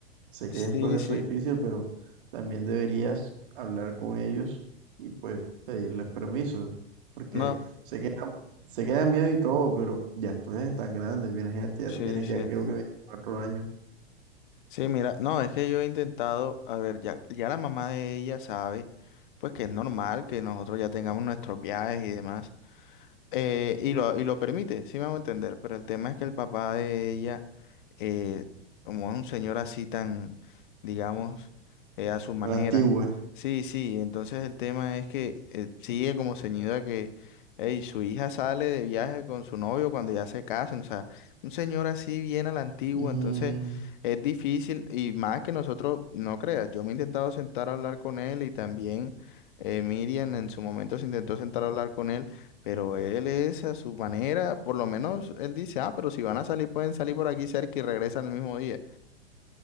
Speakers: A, on the right (about 55°); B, on the left (about 55°).
A: Sé que
B: Sí,
A: es un proceso
B: sí,
A: difícil, pero también deberías hablar con ellos y pues pedirles permiso, porque
B: no,
A: se queda, se queda miedo y todo, pero ya tú eres tan grande, imagínate, ya
B: sí,
A: tú tienes
B: sí.
A: ya creo que 24 años,
B: Sí, mira, no, es que yo he intentado, a ver, ya, ya la mamá de ella sabe, pues que es normal que nosotros ya tengamos nuestros viajes y demás, Eh, y lo, y lo permite, sí me hago entender, pero el tema es que el papá de ella, eh, como es un señor así tan, digamos, eh, a su manera,
A: a la antigua.
B: sí, sí, entonces el tema es que eh, sigue como ceñido a que ey, su hija sale de viaje con su novio cuando ya se casan, o sea, un señor así bien a la antigua,
A: Mm,
B: entonces es difícil y más que nosotros, no creas, yo me he intentado sentar a hablar con él y también eh, Miriam en su momento se intentó sentar a hablar con él pero él es a su manera, por lo menos él dice, ah, pero si van a salir, pueden salir por aquí cerca y regresan el mismo día.